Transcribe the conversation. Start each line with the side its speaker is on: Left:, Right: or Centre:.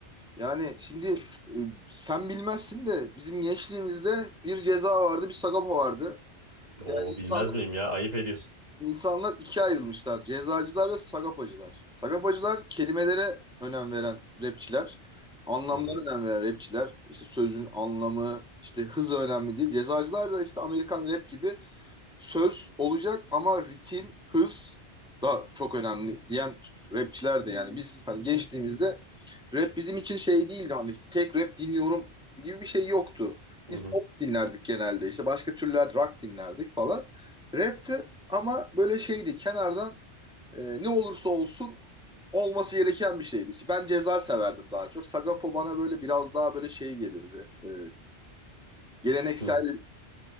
Centre: Yani şimdi e, sen bilmezsin de bizim gençliğimizde bir Ceza vardı bir Sagopa vardı.
Right: <laughs> Oo
Centre: Yani
Right: bilmez
Centre: insan
Right: miyim ya? Ayıp ediyorsun.
Centre: insanlar ikiye ayrılmışlar. Cezacılar ve sagapacılar. Sagapacılar kelimelere önem veren rapçiler. Anlamlara
Right: Hı hı,
Centre: önem veren rapçiler. İşte sözün anlamı, işte hız önemli değil. Cezacılar da işte Amerikan rap gibi söz olacak ama ritim, hız da çok önemli diyen rapçiler de yani biz hani geçtiğimizde Rap bizim için şey değildi hani tek rap dinliyorum gibi bir şey yoktu. Biz
Right: hı hı,
Centre: pop dinlerdik genelde işte başka türler rock dinlerdik falan. Rapti ama böyle şeydi kenardan e, ne olursa olsun olması gereken bir şeydi. İşte ben ceza severdim daha çok. Sagapo bana böyle biraz daha böyle şey gelirdi. E, geleneksel
Right: hı hı.